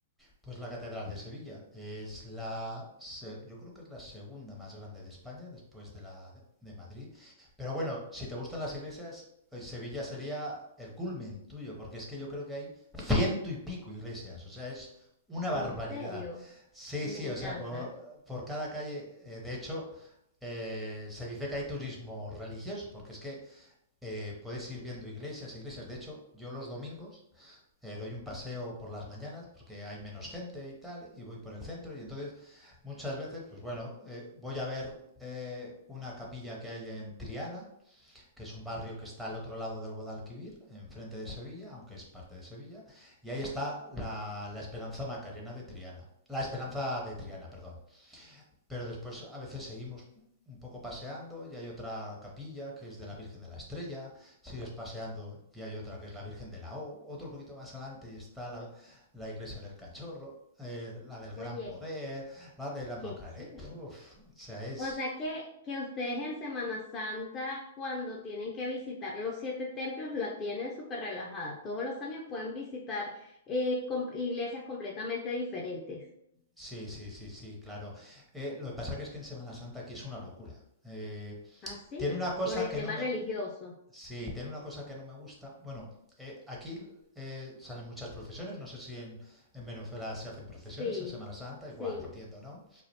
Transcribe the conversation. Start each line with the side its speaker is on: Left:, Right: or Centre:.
Centre: Pues la Catedral de Sevilla es la, se- yo creo que es la segunda más grande de España después de la de de Madrid. Pero bueno, si te gustan las iglesias, eh, Sevilla sería el culmen tuyo, porque es que yo creo que hay ciento y pico iglesias, o sea, es una
Left: En
Centre: barbaridad.
Left: serio,
Centre: Sí,
Left: me
Centre: sí,
Left: encanta.
Centre: o sea, por, por cada calle, eh, de hecho, eh, se dice que hay turismo religioso, porque es que eh, puedes ir viendo iglesias, iglesias. De hecho, yo los domingos eh, doy un paseo por las mañanas porque hay menos gente y tal, y voy por el centro y entonces muchas veces, pues bueno, eh, voy a ver eh, una capilla que hay en Triana, que es un barrio que está al otro lado del Guadalquivir, enfrente de Sevilla, aunque es parte de Sevilla, y ahí está la, la Esperanza Macarena de Triana, la Esperanza de Triana, perdón. Pero después a veces seguimos un poco paseando y hay otra capilla que es de la Virgen de la Estrella, sigues paseando y hay otra que es la Virgen de la O, otro poquito más adelante y está la, la iglesia del Cachorro, eh, la del Gran
Left: Oye,
Centre: Poder, la de la Macarena.
Left: qué chévere.
Centre: O sea, es...
Left: O sea que, que ustedes en Semana Santa, cuando tienen que visitar los siete templos, la tienen súper relajada. Todos los años pueden visitar eh, com- iglesias completamente diferentes.
Centre: Sí, sí, sí, sí, claro. Eh, lo que pasa que es que en Semana Santa aquí es una locura. Eh,
Left: Así,
Centre: tiene una cosa
Left: por el
Centre: que
Left: tema
Centre: no me
Left: religioso.
Centre: Sí, tiene una cosa que no me gusta. Bueno, eh, aquí eh, salen muchas procesiones. No sé si en, en Venezuela se hacen procesiones
Left: Sí,
Centre: en Semana Santa,
Left: sí,
Centre: igual, entiendo, ¿no?